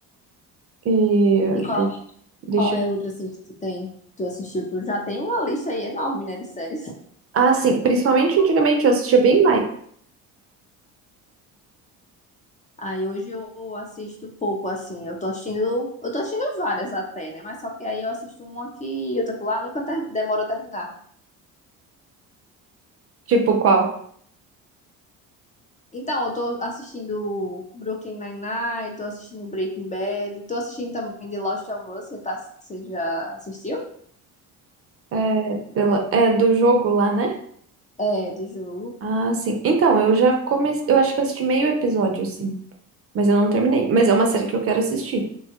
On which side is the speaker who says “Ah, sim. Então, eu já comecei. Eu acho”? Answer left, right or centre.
Right